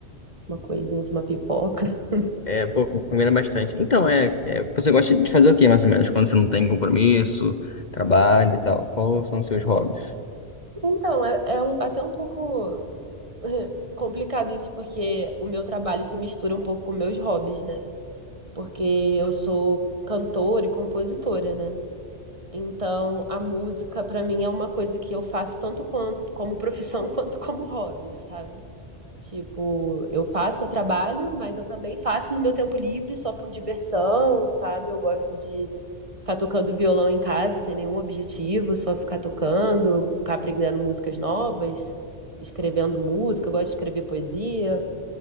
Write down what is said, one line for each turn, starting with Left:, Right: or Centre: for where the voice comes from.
Right: uma coisinha, assim, uma pipoca. <laughs>
Left: É, pô, com- combina bastante. Então, é, é, você gosta de fazer o quê, mais ou menos, quando você não tem compromisso, trabalho e tal? Quais são os seus hobbies?
Right: Então, é, é um, até um pouco <laughs> complicado isso, porque o meu trabalho se mistura um pouco com meus hobbies, né? Porque eu sou cantora e compositora, né? Então, a música, para mim, é uma coisa que eu faço tanto quanto, como profissão <laughs> quanto como hobby, sabe? Tipo, eu faço, eu trabalho, mas eu também faço no meu tempo livre só por diversão, sabe? Eu gosto de ficar tocando violão em casa sem nenhum objetivo, só ficar tocando, ficar aprendendo músicas novas, escrevendo música, eu gosto de escrever poesia.